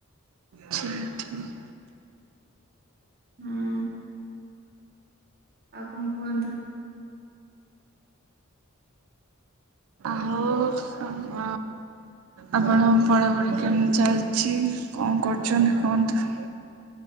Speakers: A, on the right (about 80°); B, on the right (about 45°).
A: ଠିକ୍ ଠିକ୍।
B: ହୁଁ ଆଉ କଣ କୁହନ୍ତୁ।
A: ଖ
B: ଆପଣ?
A: ସମ ଆପଣ ପ଼ଢାପଢ଼ି କେମିତି ଚାଲିଛି କଣ କରୁଛନ୍ତି କୁହନ୍ତୁ।